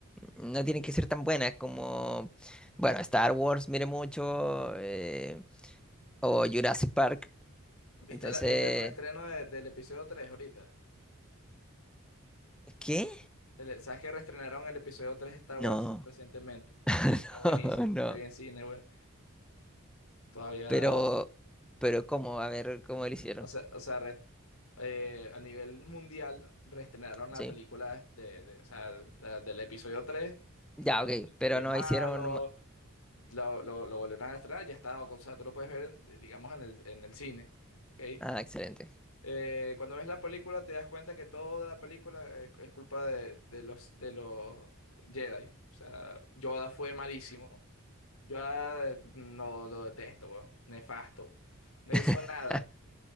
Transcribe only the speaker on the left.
¿Viste,
la- viste el reestreno de- del episodio 3 ahorita?
El- ¿sabes que reestrenaron el episodio 3 de Star Wars
recientemente?
Es buenísima,
yo la vi en cine, bueno, todavía
O sea, o sea, re- eh, a nivel mundial reestrenaron la
película de, de- o sea, la del episodio 3,
que es cuando
se
vuelve
malo,
lo, lo, lo volvieron a estrenar, ya está, o sea, tú lo puedes ver, eh, digamos, en el, en el cine, ¿ok?
Eh, cuando ves la película te das cuenta que toda la película es, es culpa de, de los, de los Jedi, o sea, Yoda fue malísimo, Yoda eh, no lo detesto, weón, nefasto, no
hizo nada.